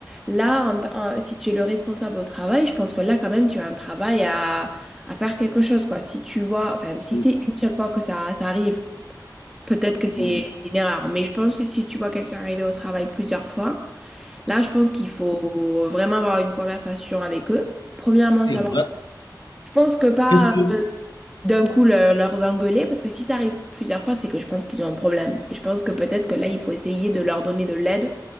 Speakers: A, in the centre; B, on the left (about 75°).
A: là, en t- en- si tu es le responsable au travail, je pense que là, quand même, tu as un travail à, à faire quelque chose, quoi. Si tu vois, enfin, si
B: Oui,
A: c'est une seule fois que ça, ça arrive, peut-être que c'est
B: oui,
A: c'est une erreur. Mais je pense que si tu vois quelqu'un arriver au travail plusieurs fois, Là, je pense qu'il faut vraiment avoir une conversation avec eux. Premièrement, savoir.
B: exact.
A: Je pense que pas
B: Qu'est-ce que
A: euh,
B: voilà.
A: d'un coup le- leur engueuler, parce que si ça arrive plusieurs fois, c'est que je pense qu'ils ont un problème. Et je pense que peut-être que là, il faut essayer de leur donner de l'aide